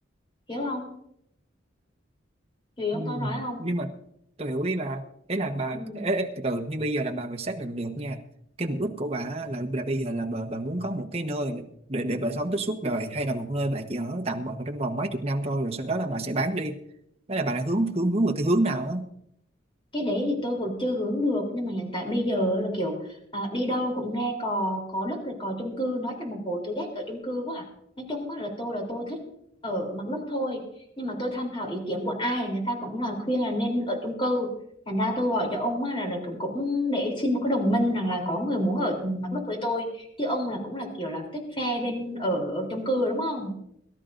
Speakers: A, on the left; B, on the right.
A: hiểu không hiểu
B: ừ.
A: không tôi nói không
B: nhưng mà tôi hiểu ý là ý là bà
A: ừ
B: ê, ê, từ từ nhưng bây giờ là bà phải xác định được nha cái mục đích của bà á là, là bây giờ là bà, bà muốn có một cái nơi để để bà sống tới suốt đời hay là một nơi bà chỉ ở tạm bợ trong vòng mấy chục năm thôi rồi sau đó là bà sẽ bán đi đó là bà đã hướng hướng hướng về cái hướng nào á
A: cái đấy thì tôi vẫn chưa hướng được nhưng mà hiện tại bây giờ là kiểu à, đi đâu cũng nghe cò có đất rồi cò chung cư nói trong một hồi tôi ghét ở chung cư quá à. nói chung á là tôi là tôi thích ở mặt đất thôi nhưng mà tôi tham khảo ý kiến của ai người ta cũng là khuyên là nên ở chung cư thành ra tôi gọi cho ông á là, là cũng, cũng để xin một cái đồng minh rằng là có người muốn ở mặt đất với tôi chứ ông là cũng là kiểu là thích phe bên ở, ở chung cư đúng không